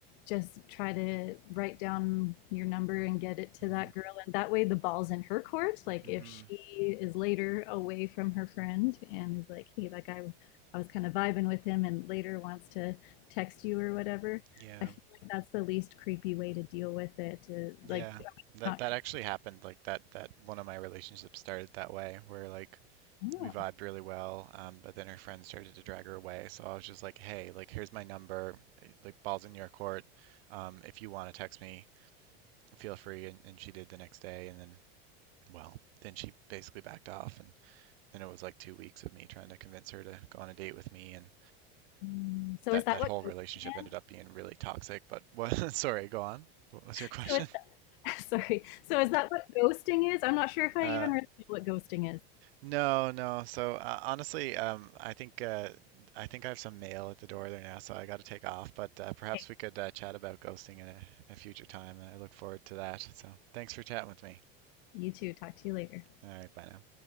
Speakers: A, on the left; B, on the right.
A: just try to write down your number and get it to
B: hmm
A: that girl. And that way the ball's in her court. Like
B: mm-hmm.
A: if she is later away from her friend and is like, hey, that guy, I was kind of vibing with him and later wants to text you or whatever
B: yeah.
A: I feel like that's the least creepy way to deal with it. To
B: Yeah,
A: like
B: that
A: not
B: that
A: creep.
B: actually happened. Like that that one of my relationships started that way, where like
A: Oh.
B: we vibed really well, um, but then her friend started to drag her away. So I was just like, hey, like here's my number, eh, like balls in your court. Um, if you want to text me, feel free. And, and she did the next day, and then well, then she basically backed off, and then it was like two weeks of me trying to convince her to go on a date with me, and
A: Mm. So
B: that
A: is that
B: that
A: what
B: whole relationship
A: ghosting
B: ended
A: is?
B: up being really toxic. But what? <laughs> Sorry, go on. What was your question?
A: So is
B: <laughs>
A: that, <laughs> sorry. So is that what ghosting is? I'm not sure if I
B: Uh,
A: even really know what ghosting is.
B: No, no. So uh, honestly, um, I think uh, I think I have some mail at the door there now, so I got to take off. But uh, perhaps
A: Okay,
B: we could uh, chat about ghosting in a, a future time, and I look forward to that. So thanks for chatting with me.
A: you too. Talk to you later.
B: All right, bye now.